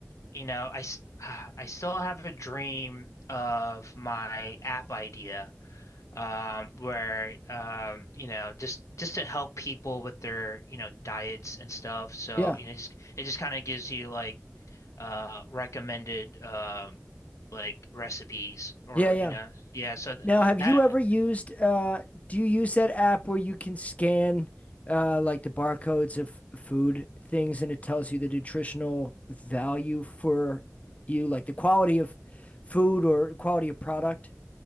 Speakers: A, on the left; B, on the left.
A: you know, I <sighs> I still have a dream of my app idea, um, where um, you know, just just to help people with their you know diets and stuff. So
B: Yeah.
A: you know, just it just kind of gives you like uh recommended um like recipes or
B: Yeah, yeah.
A: you know, yeah. So th
B: Now, have
A: that.
B: you ever used uh do you use that app where you can scan uh like the barcodes of food things and it tells you the nutritional value for you like the quality of food or quality of product?